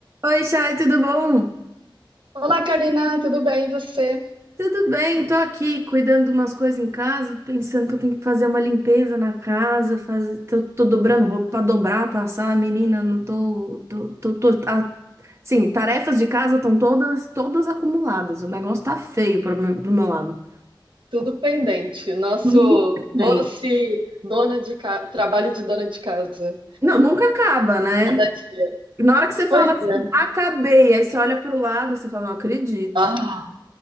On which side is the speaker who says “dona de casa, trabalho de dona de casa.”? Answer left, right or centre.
Right